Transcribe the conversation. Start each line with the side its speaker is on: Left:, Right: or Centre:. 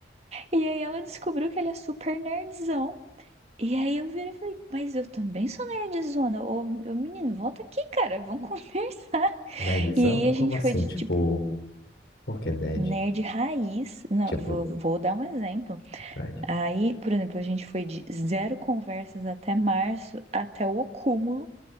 Right: E aí ela descobriu que ele é super nerdzão. E aí eu virei e falei, mas eu também sou nerdzona. Ô, ô menino, volta aqui, cara, vamos <laughs> conversar.
Left: na edição
Right: E aí a
Left: Como
Right: gente
Left: assim?
Right: foi de
Left: Tipo,
Right: tipo.
Left: por que nerd?
Right: Nerd raiz, não,
Left: Tipo,
Right: vou, vou dar um exemplo.
Left: nerd.
Right: Aí, por exemplo, a gente foi de zero conversas até março, até o acúmulo